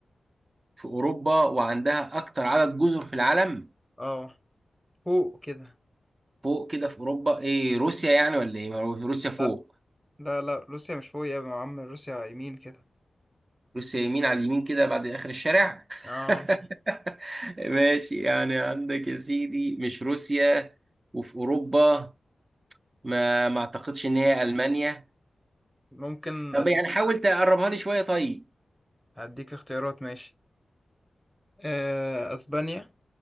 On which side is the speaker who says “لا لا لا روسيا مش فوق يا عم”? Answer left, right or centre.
Centre